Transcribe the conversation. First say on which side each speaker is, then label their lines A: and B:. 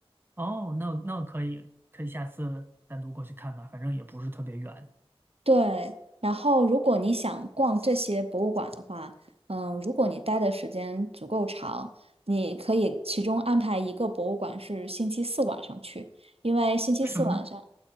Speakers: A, on the right; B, on the right.
A: 哦，那那可以可以下次单独过去看看，反正也不是特别远。
B: 对，然后如果你想逛这些博物馆的话，嗯、如果你待的时间足够长，你可以其中安排一个博物馆是星期四晚上去。因为星期四晚上，
A: 为什么呢？